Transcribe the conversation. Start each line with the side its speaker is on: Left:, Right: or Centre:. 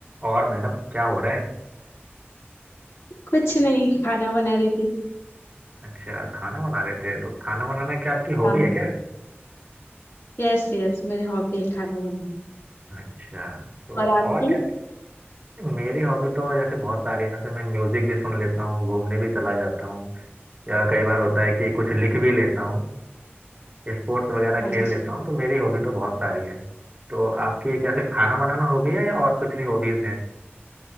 Right: और मैडम क्या हो रहा है
Left: कुछ नहीं खाना बना रही थी
Right: अच्छा खाना बना रहे थे तो खाना बनाना क्या आपकी हॉबी
Left: हाँ
Right: है क्या
Left: यस यस मेरी हॉबी है खाना बनाना
Right: अच्छा तो
Left: और
Right: और
Left: आपकी
Right: क्या मेरी हॉबी तो जैसे बहुत सारी है जैसे मैं म्यूजिक भी सुन लेता हूँ घूमने भी चला जाता हूँ या कई बार होता है कि कुछ लिख भी लेता हूँ स्पोर्ट्स वगैरह खेल
Left: अच्छा
Right: लेता हूँ तो मेरी हॉबी तो बहुत सारी है तो आपकी क्या सिर्फ खाना बनाना हॉबी है या और कुछ भी हॉबीज हैं